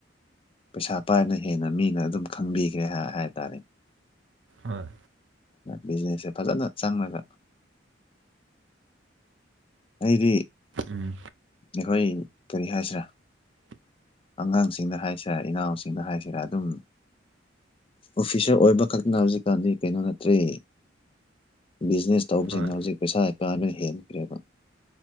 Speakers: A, on the left; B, on the right.
A: ꯄꯩꯁꯥ ꯄꯥꯏꯅ ꯍꯦꯟꯅ ꯃꯤꯅ ꯑꯗꯨꯝ ꯈꯪꯕꯤꯈ꯭ꯔꯦ ꯍꯥꯏ ꯇꯥꯔꯦ
B: ꯍꯣꯏ
A: ꯖꯤꯅꯦꯁꯦ ꯐꯖꯅ ꯆꯥꯡꯂꯒ ꯑꯩꯗꯤ
B: ꯎꯝ
A: ꯑꯩꯈꯣꯏ ꯀꯔꯤ ꯍꯥꯏꯁꯤ꯭ꯔꯥ ꯑꯉꯥꯡꯁꯤꯡꯅ ꯍꯥꯏꯁꯤꯔꯥ ꯏꯅꯥꯎꯁꯤꯡꯅ ꯍꯥꯏꯁꯤꯔꯥ ꯑꯗꯨꯝ ꯑꯣꯐꯤꯁꯔ ꯑꯣꯏꯕ ꯈꯛꯇꯅ ꯍꯧꯖꯤꯛꯀꯥꯟꯗꯤ ꯀꯩꯅꯣ ꯅꯠꯇ꯭ꯔꯤ ꯕꯤꯖꯤꯅꯦꯁ ꯇꯧꯕꯁꯤꯡꯅ
B: ꯍꯣꯏ
A: ꯍꯧꯖꯤꯛ ꯄꯩꯁꯥ ꯏꯄꯕ ꯍꯦꯟꯈ꯭ꯔꯦꯕ